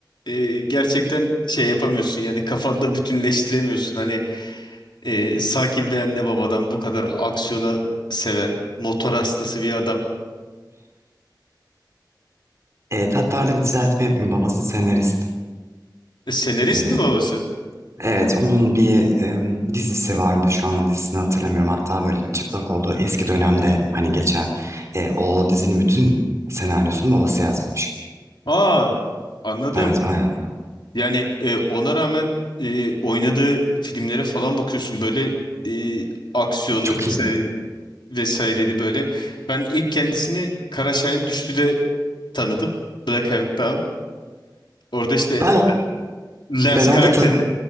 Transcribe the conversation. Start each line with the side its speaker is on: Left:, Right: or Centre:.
Left: e, gerçekten şey yapamıyorsun. Yani kafanda bütünleştiremiyorsun. Hani e, sakin bir anne babadan bu kadar aksiyona seven, motor hastası bir adam.
Right: Evet, hatta arada bir düzeltme yapayım. Babası senarist.
Left: E, Senarist
Right: Ee,
Left: mi babası?
Right: evet, onun bir e, dizisi vardı. Şu an dizisini hatırlamıyorum. Hatta böyle çıplak olduğu eski dönemde hani geçen e, o dizinin bütün senaryosunu babası yazmış.
Left: Aa, anladım.
Right: Evet, aynen.
Left: Yani e, ona rağmen e, oynadığı filmlere falan bakıyorsun böyle e, aksiyonlu
Right: Çok
Left: vesaire
Right: iyi değil mi?
Left: vesaireli böyle. Ben ilk kendisini Kara Şahin Düştü'de tanıdım. Black Hawk Down. Orada işte
Right: Ben
Left: Lance
Right: ben orada
Left: karakterini
Right: ta-